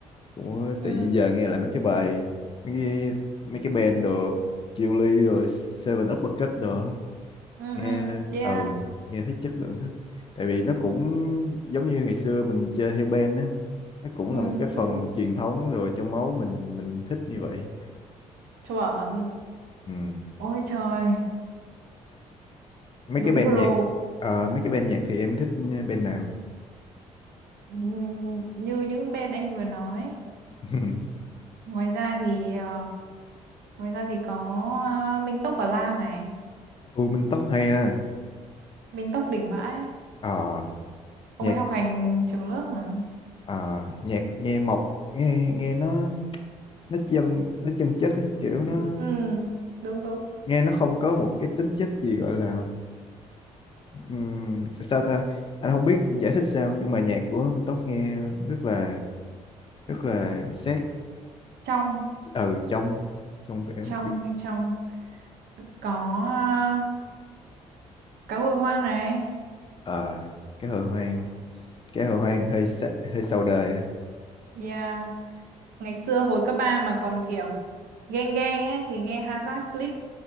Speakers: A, on the left (about 30°); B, on the right (about 70°).
A: cũng
B: Ừ,
A: tự nhiên giờ nghe lại mấy cái bài mấy cái mấy cái band đồ Chillies rồi Seven Uppercut đồ á.
B: ừ,
A: nghe
B: ừ, yeah,
A: ừ nghe thấy chất lượng thích tại vì nó cũng giống như ngày xưa mình chơi theo band á nó cũng
B: ừ,
A: là một cái
B: đúng.
A: phần truyền thống rồi trong máu mình mình thích như vậy
B: Chuẩn.
A: ừ.
B: Ôi trời,
A: mấy
B: đúng
A: cái band
B: bro,
A: nhạc ờ, mấy cái band nhạc thì em thích band nào
B: Ừm, như những bên anh vừa nói.
A: <laughs>
B: Ngoài ra thì ờ, ngoài ra thì có ờ, Minh Tốc và Lam này,
A: U Minh Tóc hay ha
B: Minh Tốc đỉnh vãi.
A: ờ
B: Ông
A: nhạc
B: ấy học hành trường lớp mà.
A: ờ, nhạc nghe mộc nghe nghe nó nó chân nó chân chất á,
B: Ừ,
A: kiểu nó
B: ừ, đúng đúng.
A: nghe nó không có một cái tính chất gì gọi là ừm, sao ta anh không biết giải thích sao nhưng mà nhạc của Minh Tóc nghe rất là rất là sát
B: Trong,
A: ở trong trong vẻ
B: trong
A: kiểu-
B: hay trong có ờ, cá hồi hoang này.
A: ờ, cái hồ hoang cái hồ hoang hơi sa, hơi sau đời
B: Yeah, ngày xưa hồi cấp 3 mà còn kiểu ghen ghen ấy thì nghe Hazard Click,